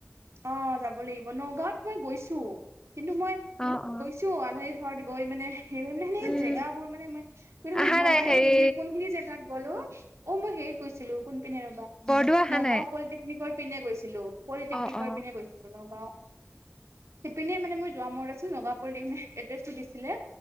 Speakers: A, on the right; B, on the left.
A: অ' যাব লাগিব, নগাঁৱত মই গৈছোঁ। কিন্তু মই
B: অ অ
A: গৈছোঁ। আলহীৰ ঘৰত গৈ মানে, সেই মানে হেনেকে
B: উম
A: জেগাবোৰ মানে মই কিন্তু মই
B: আহা
A: নগাঁওৰ
B: নাই
A: একজেক্টলি
B: হেৰি
A: কোনখিনি জেগাত গ'লো অ' মই হেৰিত গৈছিলো, কোনপিনে ৰবা!
B: বৰদোৱা অহা
A: নগাঁও
B: নাই
A: পলিটেকনিকৰ পিনে গৈছিলো। পলিটেকনিকৰ
B: অ অ
A: পিনে গৈছিলো নগাঁওৰ। সেইপিনে মানে মই যোৱা <unintelligible> <unintelligible> মানে এড্ৰেছটো দিছিলে।